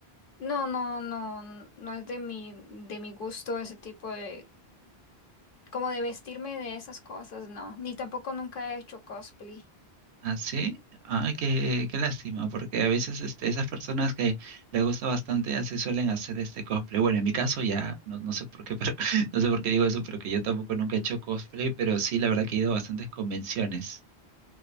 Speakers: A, on the left; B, on the right.
A: No, no, no, no es de mi, de mi gusto ese tipo de, como de vestirme de esas cosas, no. Ni tampoco nunca he hecho cosplay.
B: Ah, sí, ah, qué, qué lástima, porque a veces este, esas personas que les gusta bastante ya se suelen hacer este cosplay. Bueno, en mi caso ya, no, no sé por qué, pero <laughs> no sé por qué digo eso, pero que yo tampoco nunca he hecho cosplay, pero sí, la verdad que he ido a bastantes convenciones,